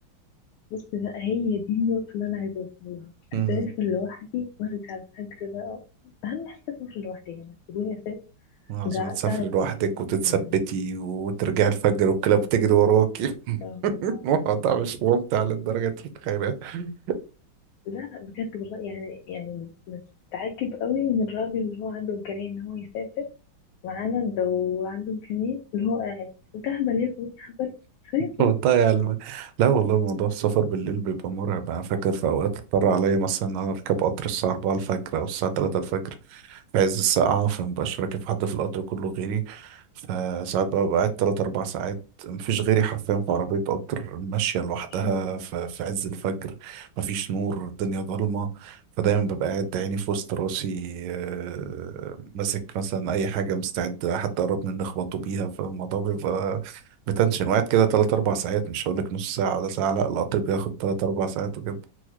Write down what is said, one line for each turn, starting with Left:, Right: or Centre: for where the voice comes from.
Left: بص بقى هي دي النقطة اللي أنا عايزة أوصل لها
Right: مم.
Left: أسافر لوحدي وأرجع الفجر بقى أهم حاجة أسافر لوحدي يعني تقولي أسافر
Right: لازم
Left: ده
Right: تسافري
Left: تعرف
Right: لوحدك
Left: أصلا
Right: وتتثبتي
Left: مم.
Right: وترجعي الفجر والكلاب بتجري وراكي <laughs>
Left: ف-
Right: الموضوع مش ممتع للدرجة انت متخيلها <laughs>
Left: لا لا بجد والله يعني يعني بتعجب قوي من الراجل اللي هو عنده إمكانية إن هو يسافر معانا ده وعنده إمكانية اللي هو قاعد أنت أهبل يا ابني أهبل سافر
Right: وتضيع الم... لا والله موضوع السفر بالليل بيبقى مرعب انا فاكر في اوقات اضطر عليا مثلا ان انا اركب قطر الساعة 4 الفجر او الساعة 3 الفجر في عز السقعة فمبقاش راكب حد في القطر كله غيري فساعات بقى ببقى قاعد تلات أربع ساعات مفيش غيري حرفيا في عربية قطر ماشية لوحدها
Left: مم.
Right: ف- في عز الفجر مفيش نور الدنيا ضلمة فدايما ببقى قاعد عيني في وسط راسي آه، ماسك مثلا أي حاجة مستعد حد قرب مني أخبطه بيها فالموضوع بيبقى متنشن وقاعد كده تلات أربع ساعات مش هقولك نص ساعة ولا ساعة لأ القطر بياخد تلات أربع ساعات وكده